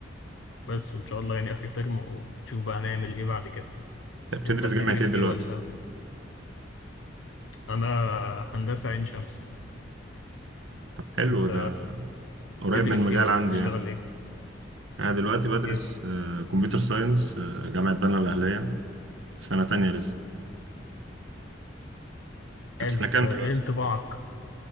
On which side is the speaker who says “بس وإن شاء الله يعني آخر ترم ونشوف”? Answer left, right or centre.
Left